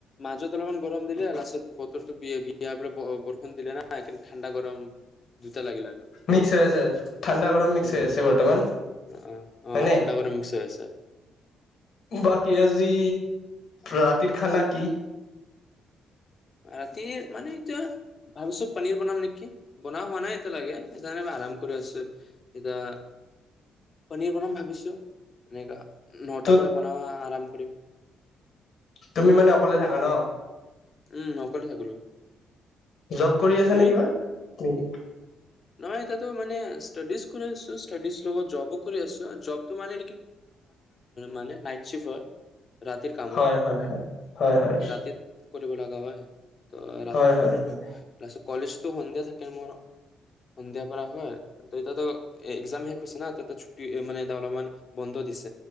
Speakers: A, on the left (about 40°); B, on the left (about 60°).
A: মাজত। অলপমান গৰম দিলোৰত বতৰটো বি বৰষণ দিলে ন কি ঠাণ্ডা গৰম দুটা লাগিল আৰু।
B: মিক্স হৈ আছে ঠাণ্ডা গৰম মিক্স
A: উম
B: হৈ আছে বৰ্তমান
A: অ অ
B: হয়নে
A: ঠাণ্ডা গৰম মিক্স হৈ আছে
B: বাকী আজি। ৰাতিৰ খানা কি?
A: ৰাতি মানে এতিয়া ভাবিছো পনিৰ বনাম নেকি? বনোৱা হোৱা নাই এতি লাগে সেইকাৰণে ম আৰাম কৰি আছো এতিয়া পনীৰ বনাম ভাবিছো এনেকা। নটাৰ
B: ত
A: পৰা বনোৱা আৰাম কৰিম।
B: তুমি মানে অকলে থাকা ন।
A: উম ', অকলে থাকিলো
B: জব কৰি আছে
A: তুমি
B: নে কিবা নেকি?
A: নহয় এ তো মানে ষ্টডিজ কৰি আছো ষ্টডি লগত জব কৰি আছো জবটো মানে মান নাইট শ্বিফ্ট হয়। ৰাতিৰ কাম
B: হয় - হয় - হয় - হয় - হয়
A: ৰাতি কৰিব লগা হয়। ত ৰাতিত
B: হয় হয়
A: কৰ লৈছ
B: হয়
A: কলেজতো সন্ধিয়া থাকে মোৰ। সন্ধিয়া পৰা হয় ত এতিয়া এক্সাম শেষ হৈছে না ত ছুটি মানে এ অলপমান বন্ধ দিছে।